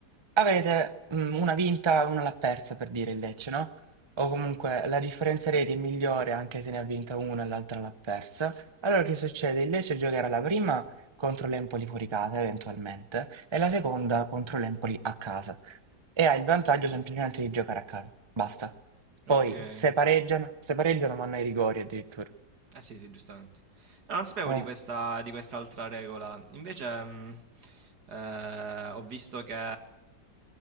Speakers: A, on the right (about 30°); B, on the right (about 65°).
A: Avete mm, una vinta e una l'ha persa per dire il Lecce, no? O comunque la differenza reti è migliore anche se ne ha vinta una e l'altra l'ha persa. Allora che succede? Il Lecce giocherà la prima contro l'Empoli fuori casa, eventualmente, e la seconda contro l'Empoli a casa. E ha il vantaggio semplicemente di giocare a casa. Basta. Poi
B: okay.
A: se pareggiano, se pareggiano vanno ai rigori addirittura.
B: Eh sì, sì, giustamente. No, non sapevo
A: Mm,
B: di questa, di quest'altra regola. Invece, mh, eh, ho visto che